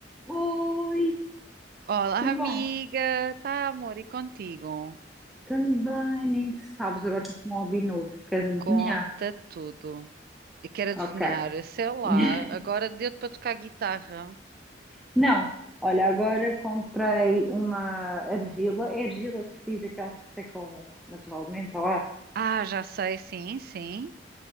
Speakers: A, in the centre; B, on the right.
A: Oi,
B: Olá,
A: tudo
B: amiga.
A: bem?
B: Tá, amor, e contigo?
A: Tudo bem, nem sabes, agora estou com um hobby novo. Queres adivinhar?
B: Conta tudo. E quero adivinhar,
A: Ok.
B: sei lá,
A: <laughs>
B: agora deu-te para tocar guitarra.
A: Não, olha, agora comprei uma argila. É argila que se diz aquelas que secam naturalmente ao ar.
B: Ah, já sei, sim, sim.